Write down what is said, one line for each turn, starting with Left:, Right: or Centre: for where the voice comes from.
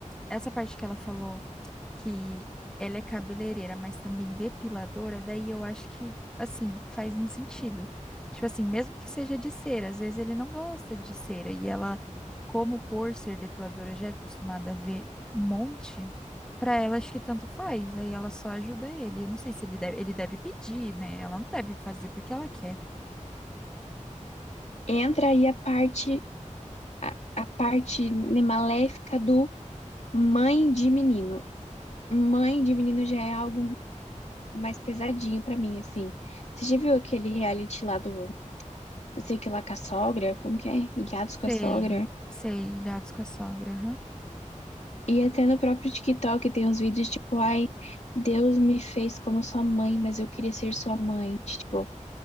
Centre: essa parte que ela falou que ela é cabeleireira, mas também depiladora, daí eu acho que, assim, faz um sentido. Tipo assim, mesmo que seja de cera, às vezes ele não gosta de cera, e ela, como por ser depiladora, já é acostumada a ver um monte, pra ela acho que tanto faz, aí ela só ajuda ele. Eu não sei se ele deve, ele deve pedir, né? Ela não deve fazer porque ela quer.
Left: Entra aí a parte, a, a parte né, maléfica do mãe de menino. Mãe de menino já é algo mais pesadinho pra mim, assim. Você já viu aquele reality lá do, não sei o que lá, com a sogra? Como que é? Ilhados com
Centre: Sei,
Left: a sogra?
Centre: sei, ilhados com a sogra, aham.
Left: E até no próprio TikTok tem uns vídeos tipo, ai, Deus me fez como sua mãe, mas eu queria ser sua mãe. Tipo,